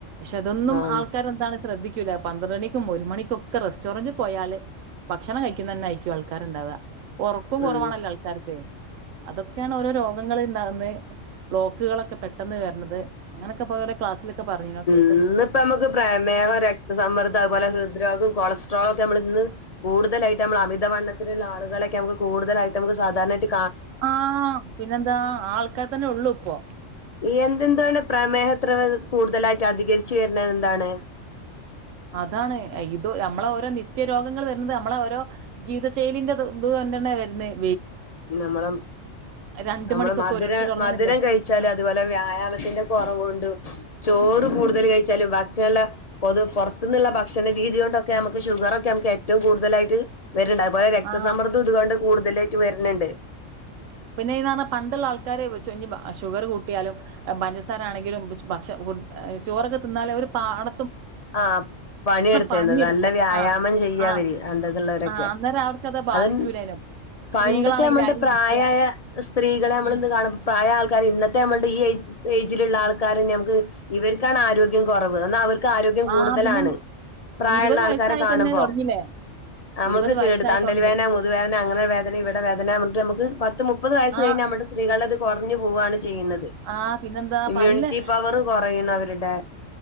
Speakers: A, on the right; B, on the left.
A: ക്ഷെ അതൊന്നും
B: ആഹ്
A: ആൾക്കാര് എന്താണ് ശ്രദ്ധിക്കൂല പന്ത്രണ്ടണിക്കും ഒരു മണികൊക്കെ റെസ്റ്റോറന്റ് പോയാല് ഭക്ഷണം കഴിക്കുന്നന്നെ ആയിക്കും ആൾക്കാര്ണ്ടാവ ഒറക്കും കുറവാണല്ലോ
B: ഉം
A: ആൾക്കാർക്ക് അതൊക്കെയാണ് ഓരോ രോഗങ്ങള് ഉണ്ടാവുന്നെ ബ്ലോക് ക്കുകളൊക്കെ പെട്ടെന്ന് കേറണത് അങ്ങനൊക്കെ പകരെ ക്ലാസ്സിലൊക്കെ പറയുന്നെ കേ
B: ഇന്നിപ്പ നമുക്ക് പ്രമേഹം രക്തസമ്മർദ്ദം അത്പോലെ ഹൃദ്രോഗം കൊളസ്ട്രോൾ ഒക്കെ നമ്മൾ ഇന്ന് കൂടുതലായിട്ട് നമ്മള് അമിത വണ്ണത്തിലുള്ള ആളുകളെയൊക്കെ നമുക്ക് കൂടുതലായിട്ട് നമുക്ക് സാധാരണായിട്ട്
A: ആഹ് പിന്നെന്താ ആൾക്കാര് തന്നെ ഉള്ളൂ ഇപ്പൊ
B: ഈ എന്തെന്താണ് പ്രമേഹം ഇത്ര കൂടുതലായിട്ട് അധികരിച്ചുവരു ന്നത് എന്താണ്
A: അതാണ് ഇത് നമ്മളെ ഓരോ നിത്യ രോഗങ്ങൾ വരുന്നത് നമ്മളെ ഓരോ ജീവിതശൈലിന്റെ ഇത് തന്നാണ് വരുന്നത്
B: നമ്മള്
A: രണ്ട്
B: നമ്മള്
A: മണിക്കൊക്കെ
B: മധുരം
A: ഓരോരുത്തര് ഒറങ്ങുന്നില്ലേ
B: മധുരം കഴിച്ചാല്
A: ആഹ്
B: അതുപോലെ വ്യായാമത്തിന്റെ കെറവ് കൊണ്ടും ചോറ് കൂടുതല് കഴിച്ചാലും ഭക്ഷണം പൊതു പുറത്തു നിന്നുള്ള ഭക്ഷണ രീതി കൊണ്ടൊക്കെ നമക്ക് ഷുഗറൊക്കെ നമക്ക് ഏറ്റവും കൂടുതലായിട്ട് വരുണ്ട് അതുപലെ രക്തസമ്മർദ്ദ
A: ആഹ്
B: ഇതുകണ്ട് കൂടു ഇതിലേറ്റ് വരും ന്ണ്ട്
A: പിന്നെ ഇന്ന് പറഞ്ഞാ പണ്ടുള്ള ആൾക്കാരെ വെച്ച് ഷുഗർ കൂട്ടിയാലും പഞ്ചസാര ആണെങ്കിലും ഭക്ഷ ഫ ചോറൊക്കെ തിന്നാലും അവര് പാട
B: ആ പണിയെടുത്തേന്ന്
A: പണിയെടുക്കും
B: നല്ല വ്യായാമം
A: ആഹ്
B: ചെയ്യവര്
A: ആ
B: അ വരൊക്കെ
A: ആ അന്നേരം അവർക്കത് ബാധിക്കൂലേനും
B: അത്
A: സ്ത്രീകളാണെങ്കിൽ
B: പണ്ടത്തെ നമ്മളുടെ
A: അരി
B: പ്രായയായ
A: ഇടിക്കുക
B: സ്ത്രീകളെ നമ്മളിന്ന്
A: ഉം.
B: കാണു പ്രായ ആൾക്കാർ ഇന്നത്തെ നമ്മളുടെ ഈ ഏജിലുള്ള ആൾക്കാര നമുക്ക് ഇവർക്കാണ് ആരോഗ്യം കെറവ് എന്നാൽ അവർ ആരോഗ്യം
A: ആ
B: കൂടുതലാണ്
A: പിന്നെ
B: പ്രായയുള്ള
A: ഇരുപത്
B: ആൾക്കാരെ
A: വയസ്സായി
B: കാണുമ്പോ
A: തന്നെ തുടങ്ങിയില്ലേ
B: നമ്മുക്ക്
A: ഇരുപത് വയസ്സായി
B: കേട് തണ്ടൽ
A: തുടങ്ങി
B: വേദന മുതുവേദന അങ്ങനെ വേദന ഇവിടെ വേദന എന്നിട്ട് നമുക്ക് പത്ത് മുപ്പത് വയസ്സ്
A: ആ
B: കഴിഞ്ഞ നമ്മടെ സ്ത്രീകളിത് കെറഞ്ഞു പോവാണ് ചെയ്യുന്നത്
A: ആ പിന്നെന്താ
B: ഇമ്യൂണിറ്റി
A: പല്ല്
B: പവർ കെറയണം അവരടെ